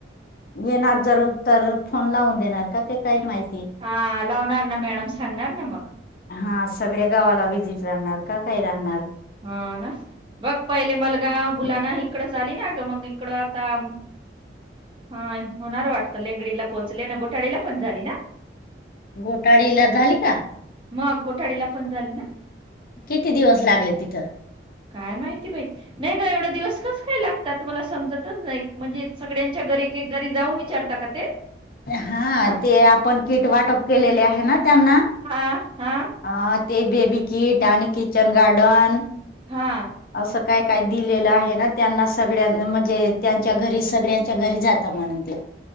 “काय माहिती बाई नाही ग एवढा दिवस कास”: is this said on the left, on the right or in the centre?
Right